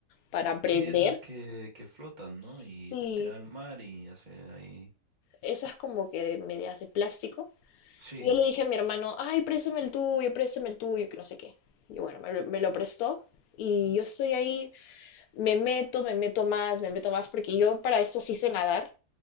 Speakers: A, on the left; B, on the right.
A: para aprender.
B: Sí, esas que, que flotan,
A: Sí,
B: ¿no? Y te tiran al mar y hace ahí.
A: esas como que de medias de plástico.
B: Sí,
A: Yo le dije a mi hermano, ay, préstame el tuyo, préstame el tuyo, que no sé qué. Y bueno, me lo, me lo prestó y yo estoy ahí, me meto, me meto más, me meto más, porque yo para esto sí sé nadar,